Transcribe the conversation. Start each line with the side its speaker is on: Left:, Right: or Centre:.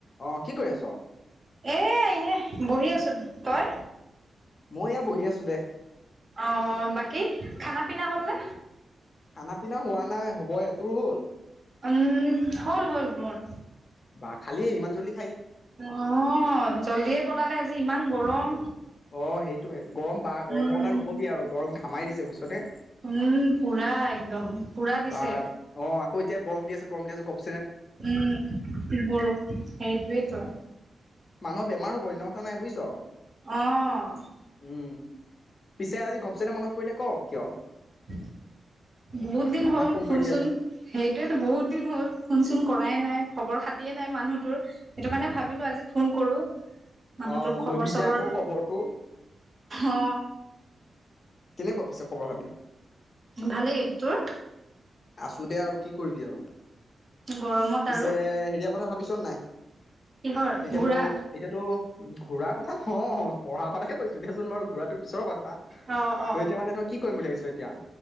Left: অ 'কি কৰি আছ?
Right: এ এনে বহি আছো তই?
Left: মই এয়া বহি আছো দে!
Right: অ বাকী খানা পিনা হ'লনে?
Left: বাকী খানা পিনা হোৱা নাই হ'ব হে তোৰ হ'ল?
Right: উম হ'ল হ'ল মোৰ।
Left: বা খালি ইমান জল্ডি
Right: অ 'জল্দিয়ে বনালে আজি। ইমান গৰম।
Left: অ' সেইটোয়ে গৰম বা গৰমৰ
Right: উম
Left: কথা নকবি আৰু গৰম। <unintelligible> দিছে বুইছনে।
Right: উম পুৰা একদম। পুৰা দিছে
Left: বা অ' আকৌ এতিয়া গৰম দি আছে গৰম দি আছে ঘপ
Right: উম বৰষুণ সেইটোৱেটো
Left: মানুহৰ বেমাৰ হব অন্য কথা নাই বুজিছ।
Right: অ'
Left: উম। পিছে আজি ঘপচেনে মনত পৰিলে ক কিয়?
Right: <inaudible> বহুত দিন
Left: হঠাৎ
Right: হ'ল
Left: ফোন
Right: ফোনচোন
Left: কৰিলি আজি?
Right: সেইটোয়েতো বহুত দিন হ'ল ফোন চোন কৰ উপাই নাই খবৰ খাতিয়ে নাই মানুহ তোৰ সেইটো কাৰণে ভাবিলো আজি ফোন কৰো মানুহটোৰ
Left: অ
Right: খবৰ
Left: ললি
Right: চবৰ
Left: যে আকৌ খবৰটো
Right: অ
Left: কেনেকুৱা পিছে খবৰ খাতি
Right: ভালেই তোৰ
Left: আছো দে আৰু কি কৰিবি আৰু পিছে
Right: গৰমত আৰু
Left: হেৰিয়াৰ কথা ভাবিছ ছন নাই
Right: কিহৰ
Left: এতিয়াতো
Right: ঘূৰা
Left: এতিয়াতো উ ঘূৰাৰ কথা নহয় পঢ়াৰ কথাই কৈছো দে চোন বাৰু ঘূৰাতো পিছৰ কথা
Right: অ অ
Left: ত এতিয়া মানে তই কি কৰিম বুলি ভাবিছ এতিয়া